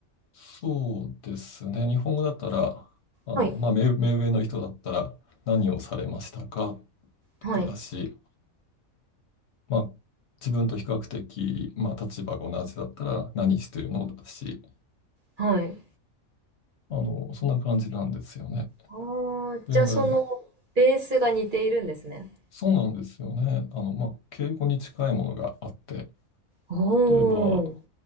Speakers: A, on the left; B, on the right.
A: そうですね、日本語だったら、あの、
B: はい。
A: まあ、目、目上の人だったら、何をされましたかとかだし、
B: はい。
A: まあ、自分と比較的、まあ、立場が同じだったら、何してるのだし、
B: はい。
A: あの、そんな感じなんですよね。
B: ああ、
A: ベンガル、
B: じゃあそのベースが似ているんですね。
A: そうなんですよね。あの、まあ、敬語に近いものがあって、
B: おー。
A: 例えば、